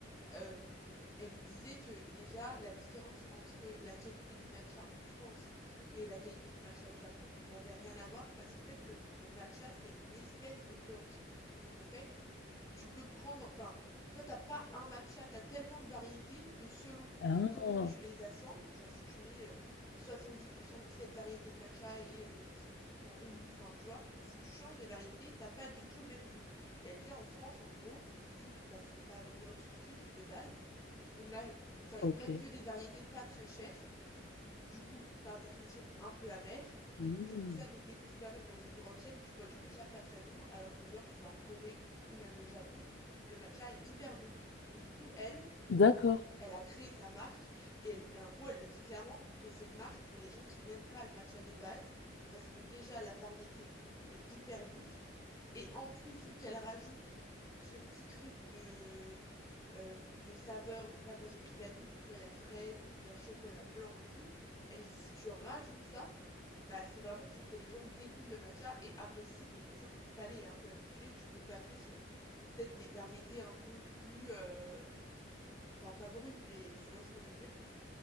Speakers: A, on the left; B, on the left.
A: Euh, elle disait que déjà, la différence entre la qualité du matcha en France et la qualité du matcha au Japon n'avait rien à voir parce qu'en fait, le, le matcha, c'est une espèce de plante. Donc, en fait, tu peux prendre, enfin, tu vois, t'as pas un matcha, t'as tellement de variétés que selon
B: Ah,
A: comment tu les assembles, genre si tu mets euh, 70% de cette variété de matcha et euh, 70% ou, enfin, tu vois, si tu changes les variétés, t'as pas du tout le même goût. Et elle disait en France, en gros, vu que bah, c'est pas notre truc de base, on a, enfin,
B: ok.
A: ils prennent que des variétés pas très chères du coup, par définition, un peu amer.
B: Hmm.
A: C'est pour ça que dès que tu vas même dans une grande chaîne, tu bois du matcha pas très bon, alors que genre, tu vas en Corée ou même au Japon, le matcha est hyper bon. Et du coup, elle,
B: D'accord.
A: elle a créé sa marque et elle- en gros, elle le dit clairement que c'est une marque pour les gens qui n'aiment pas le matcha de base, parce que déjà, la variété est hyper douce. Et en plus, vu qu'elle rajoute ce petit truc de euh, de saveurs. Donc là, moi, j'ai pris vanille, mais tu vois, il y a fraise, il y a chocolat blanc et tout. Elle dit, si tu rajoutes ça, bah, c'est vraiment pour que les gens découvrent le matcha et apprécient. Et une fois que ton palais est un peu habitué, tu peux passer sur peut-être des variétés un peu plus, euh, enfin, pas brutes, mais tu vois ce que je veux dire?